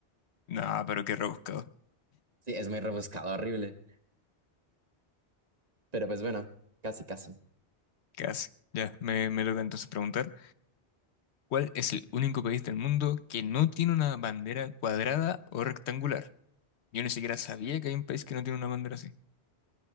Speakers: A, on the left (about 80°); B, on the right (about 40°).
A: No, pero qué rebuscado.
B: Sí, es muy rebuscado, horrible. Pero pues bueno, casi, casi.
A: Casi. Ya, me, me toca entonces preguntar, ¿cuál es el único país del mundo que no tiene una bandera cuadrada o rectangular? Yo ni siquiera sabía que hay un país que no tiene una bandera así.